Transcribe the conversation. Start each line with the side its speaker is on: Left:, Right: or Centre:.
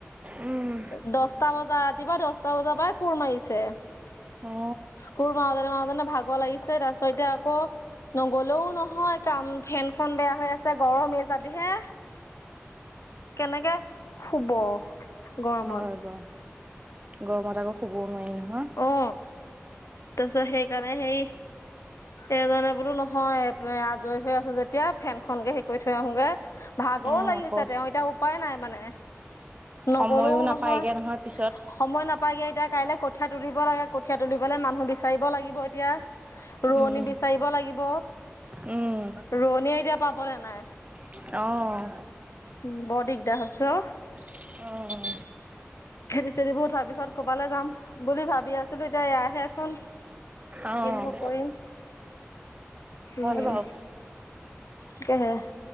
Right: উম
Left: দহ দচটা বজা, ৰাতিপুৱা দহটা বজাৰ পৰাই কোৰ মাৰিছে।
Right: অ
Left: কোৰ মাৰুতেনে মাৰুতেনে ভাগৰ লাগিছে, তাৰপাছত এতিয়া আকৌ নগলেও নহয় কাম, ফেনখন বেয়া হৈ আছে, গৰম এচাটিহে। কেনেকে শুব গৰমত?
Right: হয় বাৰু গৰমত আকৌ শুবও নোৱাৰি নহয়।
Left: অ', তাৰপিছত সেইকাৰণে হেৰি, এজনে বোলো নহয় আজৰি হৈ আছোঁ যেতিয়া, ফেনখনকেই হেৰি কৰি থৈ আহোগে, ভাগৰ
Right: অ
Left: লাগিছে
Right: আকৌ
Left: তেওঁৰ এতিয়া উপাই নাই মানে,
Right: সময়ো
Left: নগলেওঁ
Right: নাপায়গে
Left: নহয়,
Right: পিছত
Left: সময় নাপায়গে এতিয়া কাইলে কঠীয়া তুলিব লাগে, কঠীয়া তুলিবলৈ মানুহ বিচাৰিব লাগিব এতিয়া। ৰোৱনী
Right: উম
Left: বিচাৰিব লাগিব।
Right: উম।
Left: ৰোৱনীয়ে এতিয়া পাবলৈ নাই।
Right: অ'।
Left: উম, বৰ দিগদাৰ হৈছে অ'।
Right: অ'।
Left: খেতি-চেটিবোৰ উঠাৰ পিছত ক'ৰবালৈ যাম বুলি ভাবি আছিলো, এতিয়া এয়াহে হ'ল।
Right: অ',
Left: কিনো কৰিম,
Right: হয়
Left: উম।
Right: বাৰু।
Left: তাকেহে।